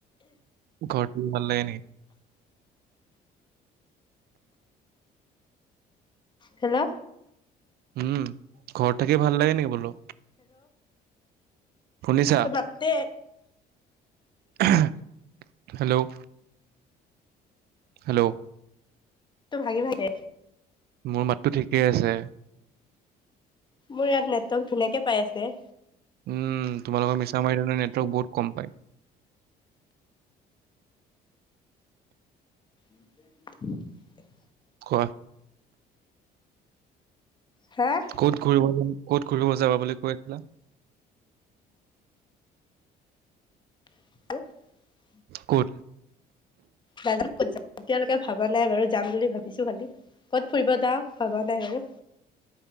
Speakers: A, on the right; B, on the left.
A: ঘৰত পালে হে নেকি?
B: হেল্ল'?
A: উম, ঘৰত থাকি ভাল লাগে নেকি বোলো? শুনিছা
B: এহ মাত দে
A: এহে হেল্ল'! হেল্ল'!
B: টো ভাঙি ভালে
A: মোৰ মাতটো ঠিকেই আছে।
B: মোৰ ইয়াত নেটৱৰ্ক ধুনীয়াকে পাই আছে।
A: উম তোমালোকৰ মিছামাৰীত হেনো বহুত কম পায়।
B: <inaudible>
A: কোৱা
B: হা
A: ক'ত ঘূৰিব ক'ত ঘূৰিব যাবা বুলি কৈছিলা।
B: <inaudible>
A: ক'ত
B: নাজানো ক'ত যাম এতিয়ালৈকে ভবা নাই বাৰু যাম বুলি ভাবিছো খালি ক'ত ফুৰিব যাওঁ ভবা নাই বাৰু